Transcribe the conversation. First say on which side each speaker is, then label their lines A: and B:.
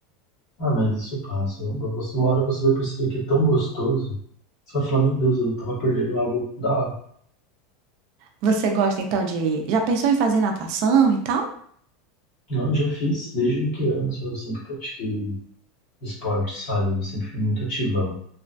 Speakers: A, on the left; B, on the right.
A: Ah, mas isso passa. Você uma hora você vai perceber que é tão gostoso. Você vai falar, meu Deus, eu tava perdendo algo da hora.
B: Você gosta então de, já pensou em fazer natação e tal?
A: Não, eu já fiz desde criança, eu sempre pratiquei esporte, sabe? Eu sempre fui muito ativão.